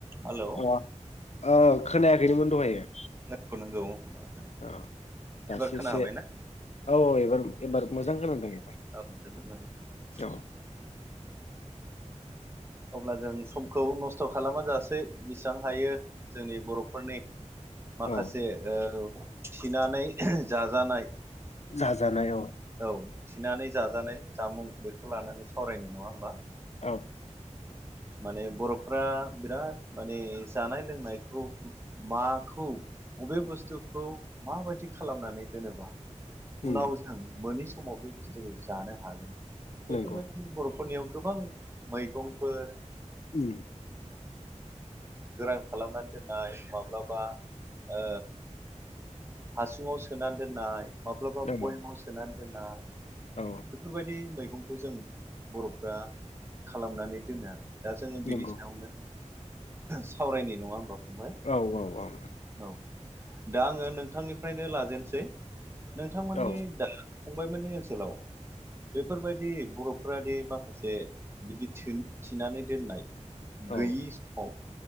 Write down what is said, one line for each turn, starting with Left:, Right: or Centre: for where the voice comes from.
Right: Hello
Left: अ औ खोनाया खैनोमोन दहायो
Right: <unintelligible>
Left: अ दासो
Right: एबार खोनाहाबायना
Left: एसे औ औ एबार एबार मोजां खोनादों
Right: <unintelligible>
Left: एबार औ
Right: अब्ला जों समखौ नस्थ' खालामा जासै बेसां हायो जोंनि बर'फोरनि माखासे
Left: औ
Right: ओ थिनानै जाजानाय
Left: जाजानायाव
Right: औ थिनानै जाजानाय जामुं बेखौ लानानै सावरायनायनि नङा होमबा
Left: औ
Right: माने बर'फोरा बिराद माने जानाय लोंनायखौ माखौ बबे बुस्थुखौ माबायदि खालामनानै दोनोबा
Left: उम
Right: उनाव जों मोनिस समाव बे बुस्थुखौ जानो हागोन बेफोरबायदि
Left: नंगौ
Right: बर'फोरनियाव गोबां मैगंफोर ओ
Left: उम
Right: गोरान खालामनानै दोननाय माब्लाबा ओ हासुङाव सोनानै दोननाय। माब्लाबा
Left: औ
Right: बयमाव सोनानै दोन्नाय
Left: औ
Right: बेफोरबायदि मै गंखौ जों बर'फ्रा खालामनानै दोनो आरो दा जोङो बिनि
Left: नंगौ
Right: सायावनो सावरायनाय नङा होमबा? फंबाय
Left: औ औ औ औ।
Right: औ दा आङो नोंथांनिफ्रायनो लाजेनसै नोंथांमोननि
Left: औ
Right: दा फंबायमोनि ओनसोलाव बेफोरबायदि बर'फोरादि माखासे बिदि थो थि थिनानै दोननाय गैयि
Left: औ
Right: समाव